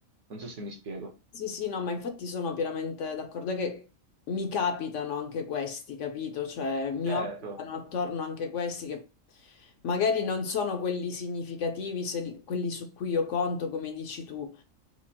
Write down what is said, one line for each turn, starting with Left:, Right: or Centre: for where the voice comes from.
Right: Non so se mi spiego.
Left: Sì, sì, no, ma infatti sono pienamente d'accordo è che mi capitano anche questi, capito? Cioè, mi
Right: Certo,
Left: orbitano attorno anche questi che magari non sono quelli significativi, se- quelli su cui io conto, come dici tu,